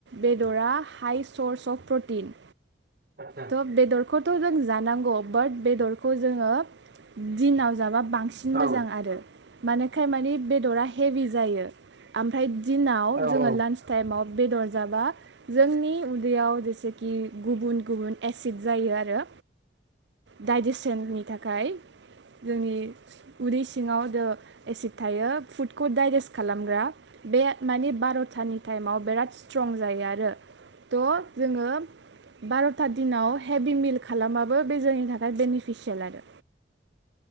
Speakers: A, on the right; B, on the right.
A: बेदरा हाइ सर्स अफ प्रटिन
B: आदसा
A: थ बेदर खौथ' जों जानांगौ बाट बेदरखौ जोंङो दिनाव जाबा बांसिन
B: औ
A: मोजां आरो मानोखाय मानि बेदरा हेभि जायो ओमफ्राय दिनाव
B: औ
A: जोङो
B: औ
A: लान्च टाइमाव बेदर जाबा जोंनि उन्दैयाव जेसेखि गुबुन गुबुन एसिड जायो आरो डाइजेसननि थाखाय जोंनि उदै सिङाव जा एसिड थायो फुडखौ डाइजेस्ट खालामग्रा बे मानि बार'थानि टाइमाव बिराद स्ट्रं जायो आरो थ' जोङो बार सपता दिनाव हेभि मिल खालामबाबो बे जोंनि थाखाय बेनिफिसियेल आरो